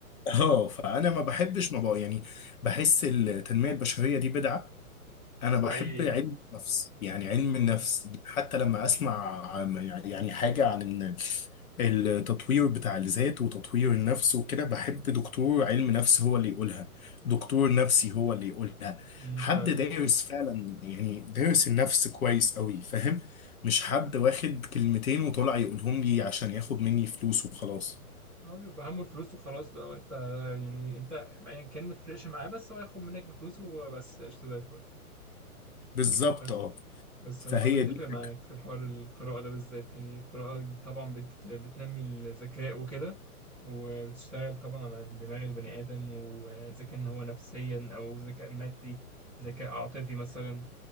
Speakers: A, on the left; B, in the centre.
A: اه فانا ما بحبش ما بقى يعني بحس التنميه البشريه دي بدعه انا بحب
B: حقيقي
A: علم النفس يعني علم
B: اه
A: النفس حتى لما اسمع عن- يعني حاجه عن إن التطوير بتاع الذات وتطوير النفس وكده بحب دكتور علم نفس هو اللي يقولها دكتور نفسي هو اللي يقولها
B: أمم،
A: حد
B: فعلا
A: دارس فعلا يعني دارس النفس كويس قوي فاهم مش حد واخد كلمتين وطلع يقولهم لي عشان ياخد مني فلوس وخلاص
B: هو بيبقى همه الفلوس وخلاص بقى وانت يعني انت ايا كان ما تفرقش معاه بس هو ياخد منك الفلوس وبس قشطة زي الفل
A: بالظبط
B: بس
A: اه
B: بس هو
A: فهي
B: انا اتفق
A: دي الفكرة
B: معاك في الحوار القراءه ده بالذات يعني القراءه طبعا بت... بتنمي الذكاء وكده وبتشتغل طبعا على دماغ البني ادم واذا كان هو نفسيا او ذكاء مادي ذكاء عاطفي مثلا